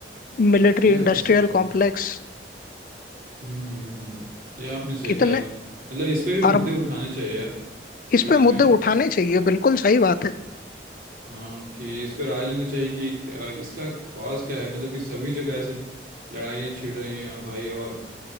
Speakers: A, on the left; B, on the right.
A: मिलिट्री
B: ये
A: इंडस्ट्रियल
B: आपने सही कहा
A: कॉम्प्लेक्स
B: हम्म हम्म हम्म। ये आपने सही
A: कितने
B: कहा मतलब इस पे भी
A: अरब
B: मुद्दे उठाने चाहिए यार
A: इस
B: यूएन
A: पे मुद्दे
B: में
A: उठाने चाहिए बिल्कुल सही बात है
B: हाँ कि इस पे राय लेनी चाहिए कि क्या इसका कॉज क्या है मतलब कि सभी जगह ऐसे लड़ाइयाँ छिड़ रही हैं भाई और